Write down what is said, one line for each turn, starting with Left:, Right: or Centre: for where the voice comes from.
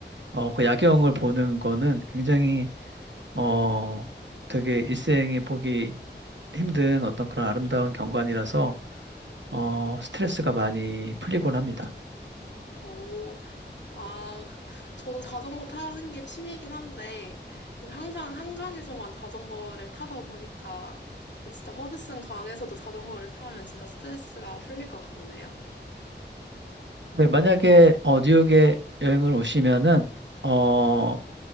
Right: 어, 그 야경을 보는 거는 굉장히 어, 되게 일생에 보기 힘든 어떤 그런 아름다운 경관이라서 어, 스트레스가 많이 풀리곤 합니다.
Left: 오, 아, 저도 자전거 타는 게 취미이긴 한데, 이제 항상 한강에서만 자전거를 타다 보니까, 진짜 허드슨 강에서도 자전거를 타면 진짜 스트레스가 풀릴 것 같네요.
Right: 네, 만약에 어, 뉴욕에 여행을 오시면은 어,